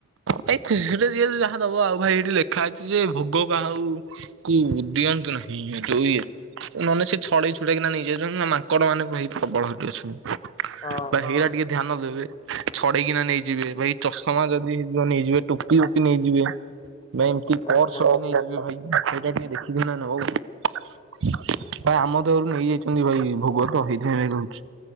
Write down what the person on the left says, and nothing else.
କଥା।
ଓ
ହୋ